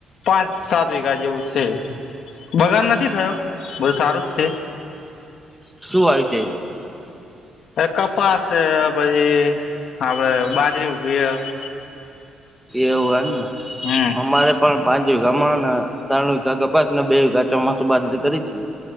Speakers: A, on the left; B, in the centre.
A: પાંચ સાત વઘા જેવું છે, બગડ નથી થયો બહુ સારું જ છે.
B: શું <unintelligible> છે.
A: અ કપાસ પછી આપડે બાજરી <unintelligible>
B: એવું <unintelligible>
A: હમ
B: અમારે. પણ પાંચ વિઘા ને ત્રણ વઘા કપાસ ને બેઘા ચોમાસું બાજરી કરી છે.